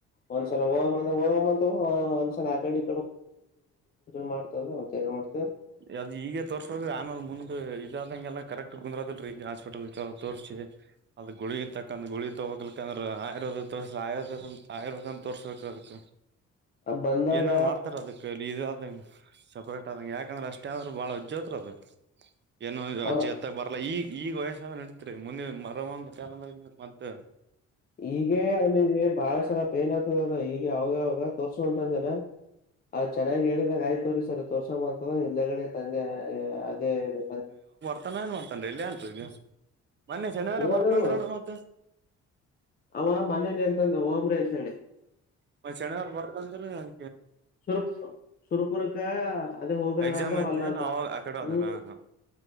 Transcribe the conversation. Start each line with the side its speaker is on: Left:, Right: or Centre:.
Left: ಒಂದ್ಸಲ <unintelligible> ಒಂದ್ಸಲ ಆ ಕಡೆಡಿ <inaudible> ಮಾಡ್ತದ ಮ ಏನ್ ಮಾಡ್ತ.
Right: ಅ ಈಗ. ತೋರ್ಸೋ್ ಆಮೇಲೆ ಮುಂದೆ ಇದಾದಂಗೆಲ್ಲ ಕರೆಕ್ಟ್ ಕುಂದ್ರೋದಲ್ರಿ ಈಗ ಹಾಸ್ಪಿಟಲ್ ಚ ತೋರ್ಸಿ. ಅದ ಗುಳಿ ತಕಂದ ಗುಳಿ ತಗೋಕ್ಲಕ ಅಂದ್ರ ಆಯುರ್ವೇದ ತೋರ್ ಆಯುರ್ವೇದ ಆಯುರ್ವೇದನ್ ತೋರ್ಸ್ಬೇಕ ಅದಕ್
Left: ಬಂದಾಗ
Right: ಏನಾದ್ರು ಮಾಡ್ತಾರ ಅದಕ್ಕಲ್ಲಿ ಇದಾದಂಗ ಸಪ್ರೇಟ್ ಆದಂಗ ಯಾಕ ಯಾಕಂದ್ರೆ ಅಷ್ಟೇ ಆದ್ರ ಬ ಭಾಳ ಅಜ್ಜ ಹತ್ರ ಅದ ಏನಂದ
Left: ಒಂದ್
Right: ಅಜ್ಜ ಹತ್ರ ಮತ್ತ ಬರ್ಲಾ ಈಗ ಈಗ ವಯಸ್ಸ ನಡತ್ರಿ ಮುಂದೆ ಮರ ಒಂದ್ ಕಾಲ ಮತ್ತತ್
Left: ಈಗೇ ಅಲ್ಲಿ ಬಾಳ ಸಲ ಫೇಲ್ ಆತದಲ್ಲ ಈಗ ಅವಾಗ ಅವಾಗ ತೋರ್ಸುವ ಅಂತಂದನ ಅ ಚೆನ್ನಾಗಿ ಹೇಳಿದ ಆಯ್ತ ತೋರಿಸ ಸರ್ ತೋರ್ಸ ಮ್ತದ ಹಿಂದಗಡೆ ತಂದೆ ಅದೇ ತೆ
Right: ಮನ ಏನ್ ಮಾಡ್ತನ ಇಲ್ಲಿ ಅಂತ್ ಈಗ ಮೊನೇ ಶನಿವಾರ
Left: ಊರಾಗನು
Right: ಬರ್ತನ ಅಂದ್ರಲ್ರಿ ಮತ್ತ
Left: ಅವಾ ಮನೇಲಿ ಎಂತಂದ ಒಬ್ರ ಅಂತ ಹೇಳಿ
Right: ನಾ ಶನಿವಾರ ಬರ್ತ ಅಂದ್ರೆ ಅಕ
Left: ಸುರ್ಕ್ ಸುರ್ಪುರಕ ಅದೇ ಹೋಗದ
Right: ಎಕ್ಸಾಮ್ ಇದ್ನೇನ್
Left: ವಲ್ಲ ಅಂತ
Right: ಅವಾಗ ಆಕಡೆ ಹೋದಾರ
Left: ಹ್ಮ್
Right: ಹಾ